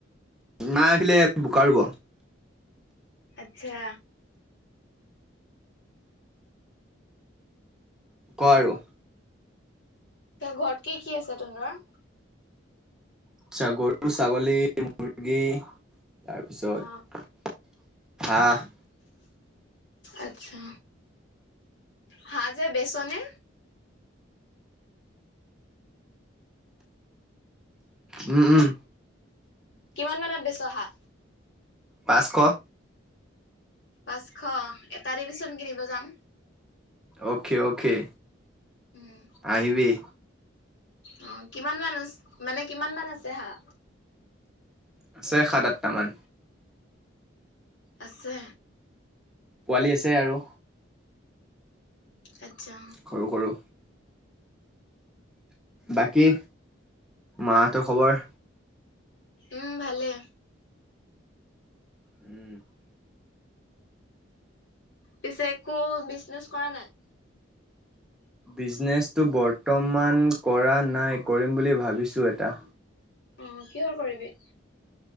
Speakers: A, in the centre; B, on the left (about 70°).
A: মা আহিলে বোকা ৰুব।
B: আচ্ছা
A: কোৱা আৰু
B: ঘৰত কি কি আছে তহতৰ
A: আচ্ছা গৰু, ছাগলী, মুৰ্গী তাৰপিছত
B: অ
A: হাঁহ
B: আচ্ছা হাঁহ যে বেচনে
A: উম উম
B: কিমান মানত বেচ হাঁহ
A: পাঁচশ
B: পাঁচশ এটা দিবিচোন কিনিব যাম।
A: অকে অ'কে
B: উম
A: আহিবি
B: অ কিমান মান আ মানে কিমান মান আছে হাঁহ
A: আছে সাত আঠটামান
B: আছে
A: পোৱালি আছে আৰু
B: আচ্ছা
A: সৰু সৰু বাকী মা হঁতৰ খবৰ
B: উম ভালে
A: উম
B: পিছে একো বিজনেচ কৰা নাই
A: বিজনেচটো বৰ্তমান কৰা নাই কৰিম বুলি ভাবিছোঁ এটা।
B: অঁ কিহৰ কৰিবি